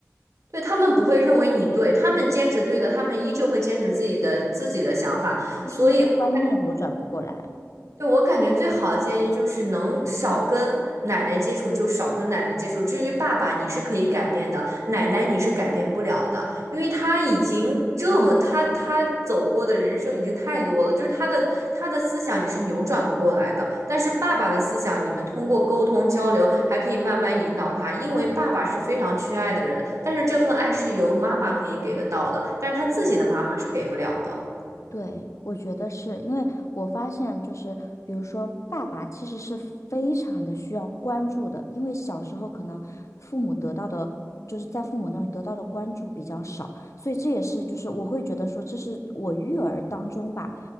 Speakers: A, on the right (about 65°); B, on the left (about 65°).
A: 对，他们不会认为你对，他们坚持对的，他们依旧会坚持自己的自己的想法。
B: 就是那个观念扭转不过来。
A: 所以我对，我感觉最好的建议就是能少跟奶奶接触就少跟奶奶接触。至于爸爸，你是可以改变的，奶奶你是改变不了的，因为他已经这么他他走过的人生已经太多了，就是他的他的思想你是扭转不过来的。但是爸爸的思想，你们通过沟通交流还可以慢慢引导他，因为爸爸是非常缺爱的人，但是这份爱是由妈妈可以给得到的，但是他自己的妈妈是给不了的。
B: 对，对，我觉得是因为我发现，就是比如说，爸爸其实是非常的需要关注的，因为小时候可能父母得到的，就是在父母那儿得到的关注比较少，所以这也是就是我会觉得说，这是我育儿当中吧，